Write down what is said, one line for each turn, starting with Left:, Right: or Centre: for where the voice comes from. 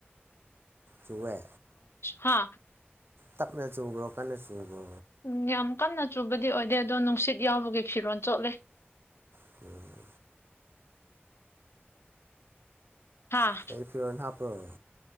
Right: ꯆꯨꯋꯦ
Left: ꯍꯥ
Right: ꯇꯞꯅ ꯆꯨꯕ꯭ꯔꯣ ꯀꯟꯅ ꯆꯨꯕ꯭ꯔꯣ
Left: ꯎꯝ ꯌꯥꯝ ꯀꯟꯅ ꯆꯨꯕꯗꯤ ꯑꯣꯏꯗꯦ ꯑꯗꯣ ꯅꯨꯡꯁꯤꯠ ꯌꯥꯎꯕꯒꯤ ꯐꯤꯔꯣꯜ ꯆꯣꯠꯂꯦ
Right: <unintelligible>
Left: ꯍꯥꯥ
Right: ꯀꯩ ꯐꯤꯔꯣꯟ ꯍꯥꯞꯄ꯭ꯔꯣ